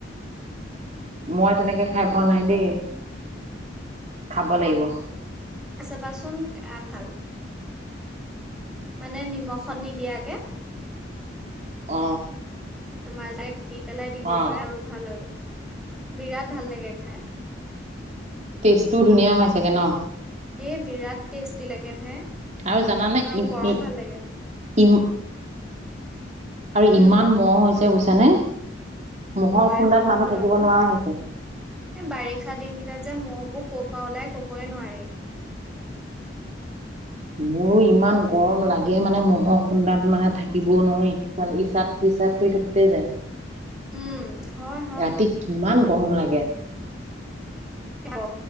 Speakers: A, on the right (about 35°); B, in the centre.
A: মই তেনেকে খাই পোৱা নাই দেই। খাব লাগিব।
B: খাই চাবাচোন বিৰাট ভাল, মানে নিমখত নিদিয়াকে।
A: অ,
B: তোমাৰ যে, <inaudible> পেলাই দিব
A: অ
B: পাৰে আৰু ভাল আৰু বিৰাট ভাল লাগে খাই।
A: টেষ্টটো ধুনীয়া হয় চাগে ন?
B: এই বিৰাট টেষ্টি লাগে ভাই
A: আৰু জানানে
B: আৰু
A: ই
B: গৰম
A: ই
B: ভাল লাগে।
A: ইম, আৰু
B: উম
A: ইমান মহ হৈছে বুজিছা নে? মহৰ
B: ঐ
A: খুন্দাত
B: মহটো
A: মানুহ থাকিব
B: আৰু
A: নোৱাৰা হৈছে।
B: এই বাৰিষা দিন কেইটাত যে, মহবোৰ ক'ৰ পৰা ওলাই ক'বই নোৱাৰি।
A: মোৰো ইমান গৰম লাগে মানে মহ'ৰ খুন্দাত মানে থাকিব নোৱাৰি। ভাল, ইচাদ-বিচাদ কৰি থাকোতেই যায়।
B: উম, হয় হয়
A: ৰাতি কিমান গৰম লাগে।
B: অ,